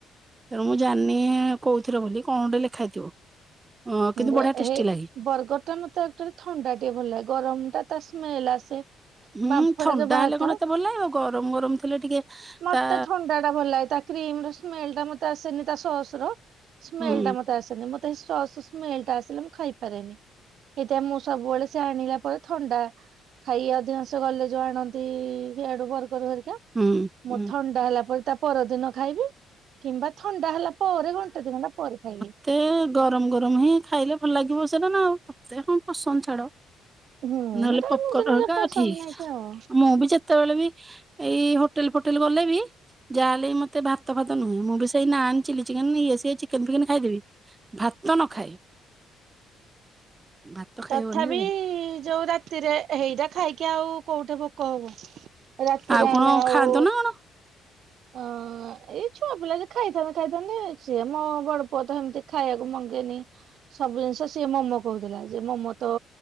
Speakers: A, on the right; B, on the right.
A: ତେଣୁ ମୁଁ ଜାଣିନି କହୁଥିରେ ବୋଲି କଣ ଗୋଟେ ଲେଖା ହେଇଥିବ। ଅ କିନ୍ତୁ
B: ହେ
A: ବଢିଆ ଟେଷ୍ଟି ଲାଗେ।
B: ବରର୍ଗରଟା ମତେ ଆକଚୁଆଲି ଥଣ୍ଡା ଟିକେ ଭଲ ଲାଗେ ଗରମ ଟା ତ ସ୍ମେଲ ଆସେ।
A: ହୁଁ
B: ବାମ୍ଫ
A: ଥଣ୍ଡା
B: ଟା ଯୋଉ ବାହାରିଥାଏ
A: ହେଲେ କଣ ଏତେ ଭଲ ଲାଗିବ ଗରମ ଗରମ ଥିଲେ ଟିକେ
B: ମତେ
A: ତା
B: ଥଣ୍ଡା ଟା ଭଲ ଲାଗେ ତା କ୍ରିମ ର ସ୍ମେଲ ଟା ମତେ ଆସେନି ତା ସସର ସ୍ମେଲ
A: ହୁଁ
B: ଟା ମତେ ଆସେନି ମତେ ସସ୍ ଶ୍ମେଲ ଟା ଆସିଲେ ମୁଁ ଖାଇପାରେନି, ଏଥି ମୁଁ ସବୁବେଳେ ସେ ଆଣିଲା ପରେ ଥଣ୍ଡା ଖାଇବା ଅଧିକାଂଶ ଗଲେ ଯୋଉ ଆଣନ୍ତି ସିଆଡୁ ବର୍ଗର ଘରିକା।
A: ହୁଁ
B: ମୁଁ
A: ହୁଁ।
B: ଥଣ୍ଡା ହେଲା ପରେ ତା ପରଦିନ ଖାଇବି କିମ୍ବା ଥଣ୍ଡା ହେଲା ପ ପରେ ଘଣ୍ଟା ଦି ଘଣ୍ଟା ପରେ ଖାଇବି।
A: ମୋତେ ଗରମ ଗରମ ହିଁ ଖାଇଲେ ଭଲ ଲାଗିବ ସେଇଟା ନା ଆଉ ତତେ କଣ ପସନ୍ଦ ଛାଡ଼।
B: <unintelligible>
A: ନହେଲେ
B: ଏଟା
A: ପପକର୍ଣ
B: ନିଜ ନିଜ
A: ଘରିକା
B: ପସନ୍ଦ
A: ଠିକ
B: ନେଇକି ଆଉ
A: ମୁଁ ବି ଯେତେବେଳେ ବି ଏଇ ହୋ ହୋଟେଲ୍ ଫୋଟେଲ ଗଲେ ବି ଯାହା ହେଲେ ମତେ ଭାତ ଫାତ ନୁହେଁ ମୁଁ ବି ସେଇ ନାନ ଚିଲ୍ଲି ଚିକେନ ନେଇ ଆସିବେ ଚିକେନ ଫିକେନ ଖାଇଦେବି ଭାତ ନ ଖାଏ। ଭାତ ଖାଇବନି
B: ତଥାପି
A: ରେ ଭାଇ
B: ଯୋଉ ରାତିରେ ହେଇରା ଖାଇକି ଆଉ କୋଉଠି ଭୋକ ହବ। ରାତିରେ
A: ଆଉ
B: ଆମେ
A: କଣ
B: ଆଉ
A: ଖାଆନ୍ତ ନା କଣ
B: ହଁ। ଏଇ ଛୁଆ ପିଲା ଯେ ଖାଇଥାନ୍ତେ ଖାଇଥାନ୍ତେ ସିଏ ମୋ ବଡ ପୁଅ ତ ଏମିତି ଖାଇବାକୁ ମଙ୍ଗେନି ସବୁ ଜିନିଷ ସିଏ ମୋମୋ କହୁଥିଲା ଯେ ମୋମୋ ତ